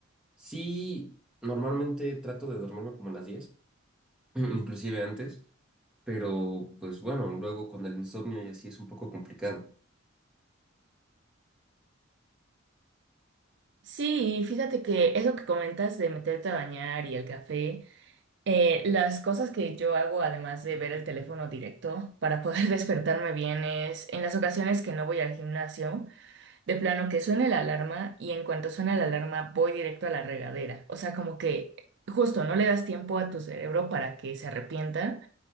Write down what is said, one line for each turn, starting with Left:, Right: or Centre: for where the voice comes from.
Centre: Sí, normalmente trato de dormirme como a las 10 <clears throat> inclusive antes. Pero, pues bueno, luego con el insomnio y así es un poco complicado.
Right: Sí, y fíjate que eso que comentas de meterte a bañar y el café. Eh, las cosas que yo hago, además de ver el teléfono directo para poder <laughs> despertarme bien, es en las ocasiones que no voy al gimnasio, de plano que suene la alarma y en cuanto suena la alarma voy directo a la regadera. O sea, como que justo no le das tiempo a tu cerebro para que se arrepienta